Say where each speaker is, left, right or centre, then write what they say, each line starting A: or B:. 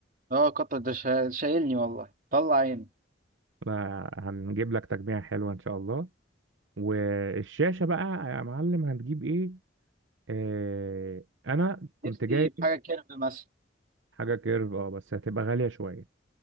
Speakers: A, on the right; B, on the right.
A: اه قطر ده شا- شايلني والله طلع عيني
B: لا، هنجيب لك تجميع حلوة ان شاء الله والشاشة بقى يا معلم هنجيب ايه آه انا كنت
A: نفسي
B: جاي
A: في حاجه كيرف مثلا
B: حاجة كيرف اه بس هتبقى غالية شوية